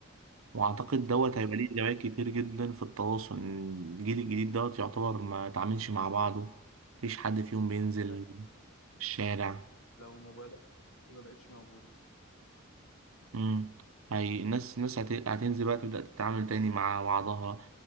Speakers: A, on the right; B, on the left.
A: وأعتقد دوت
B: بالظبط
A: هيبقى ليه إيجابيات كتير جدا في التواصل الجيل الجديد دوت يعتبر ما تعاملش مع بعضه مفيش حد فيهم بينزل
B: تخيل
A: الشارع
B: لو الموبايلات ما بقتش موجودة
A: امم هي الناس الناس هت- هتنزل بقى تبدأ تتعامل تاني مع بعضها